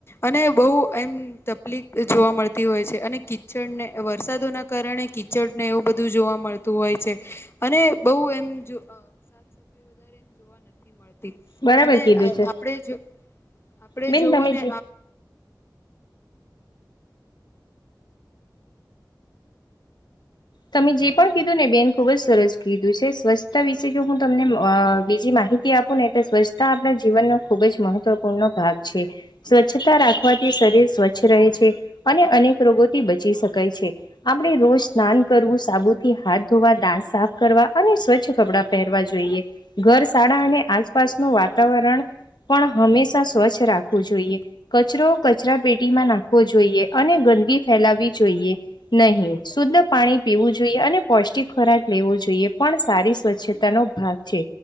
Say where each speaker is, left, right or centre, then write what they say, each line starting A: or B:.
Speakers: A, on the left (about 35°); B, on the left (about 75°).
A: અને, બહ એમ. તકલીફ જોવા મળતી હોય છે, અને કિચડને વરસાદોના કારણે કિચડને એવું બધું જોવા મળતું. હોય છે, અને બહ એમ. સાફ સફાઈ વધારે એમ જોવા નથી.
B: બરાબર
A: અને
B: કીધું
A: આપ
B: છે
A: આપણે
B: બેન
A: જોવ
B: તમે
A: ને.
B: જે તમે જે પણ કીધું ને બેન ખુબ જ સરસ કીધું છે, સ્વચ્છતા વિશે જો હું તમને બીજી માહિતી. આપુંને એટલે સ્વચ્છતા આપણા જીવનનો ખુબ જ મહત્વપૂર્ણનો ભાગ છે. સ્વચ્છતા રાખવાથી શરીર સ્વચ્છ રહે છે, અને અનેક રોગોથી બચી શકાય છે. આપડી રોજ નાન. કરવું સાબુથી હાથ ધોવા દાંત સાફ કરવા અને સ્વચ્છ કપડાં પહેરવા જોઈએ. ઘર શાળા અને આસપાસનું વાતાવરણ પણ હંમેશા સ્વચ્છ રાખવું જોઈએ કચરો કચરા પેટીમાં નાખવો જોઈએ અને ગંદકીી ફેલાવવી જોઈએ. નહી શુદ્ધ પાણી પીવું જોઈએ અને પૌષ્ટિક ખોરાક લેવો જોઈએ પણ સારી સ્વચ્છતા નો ભાગ છે.